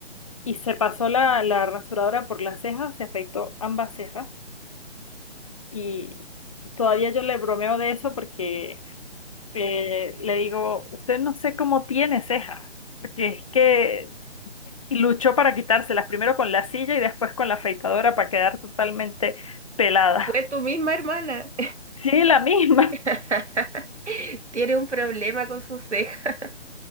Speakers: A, on the left (about 30°); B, on the right (about 80°).
A: y se pasó la, la rasuradora por las cejas, se afeitó ambas cejas Y todavía yo le bromeo de eso porque eh, le digo, usted no sé cómo tiene cejas, porque es que luchó para quitárselas, primero con la silla y después con la afeitadora para quedar totalmente pelada.
B: Fue tu
A: <laughs>
B: misma hermana.
A: Sí, la misma.
B: <laughs> Tiene un problema con sus cejas.